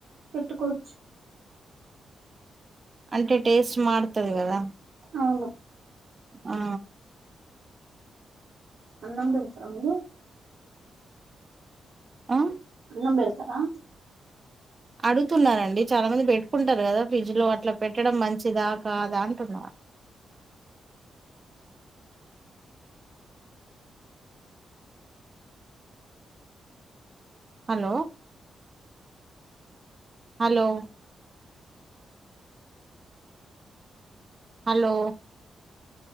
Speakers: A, on the right (about 55°); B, on the right (about 30°).
A: పెట్టుకోచ్చు
B: అంటే టేస్ట్ మారుతది కదా
A: అవును
B: ఆ
A: అన్నం పెడతరా మీరు
B: ఆ
A: అన్నం బెడ్ తరా
B: అడుగుతున్నానండి చాలా మంది పెట్టుకుంటారు కదా ఫ్రిడ్జ్ లో అట్లా పెట్టడం మంచిదా కాదా అన్ ఫ్రిడ్జ్ లోన హలో హలో హలో